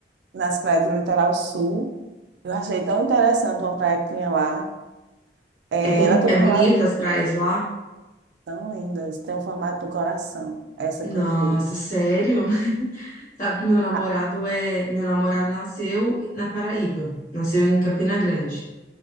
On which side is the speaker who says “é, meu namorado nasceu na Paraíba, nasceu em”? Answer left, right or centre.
Left